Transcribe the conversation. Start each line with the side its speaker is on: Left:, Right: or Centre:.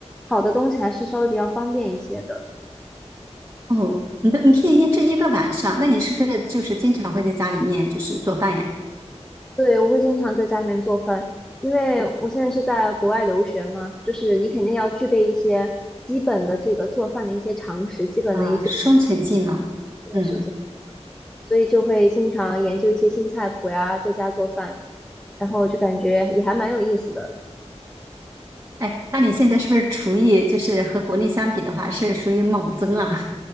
Centre: 烤的东西还是稍微比较方便一些的。
Right: 哦，你的你可以腌制一个晚上，那你是不是就是经常会在家里面就是做饭呀？
Centre: 对，我会经常在家里面做饭，因为我现在是在国外留学嘛，就是你肯定要具备一些基本的这个做饭的一些常识，基本的一些。
Right: 啊、生存技能，嗯，
Centre: 对所以就会经常研究一些新菜谱呀，在家做饭，然后就感觉也还蛮有意思的。
Right: 哎，那你现在是不是厨艺就是和国内相比的话是属于猛增啊？<laughs>